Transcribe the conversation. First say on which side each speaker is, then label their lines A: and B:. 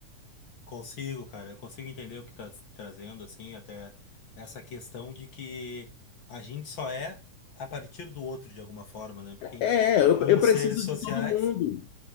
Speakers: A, on the left; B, on the left.
A: Consigo, cara, eu consigo entender o que tá s- trazendo, assim, até essa questão de que a gente só é a partir do outro, de alguma forma, né? Porque a gente,
B: É, eu,
A: como
B: eu preciso
A: seres sociais,
B: de todo mundo.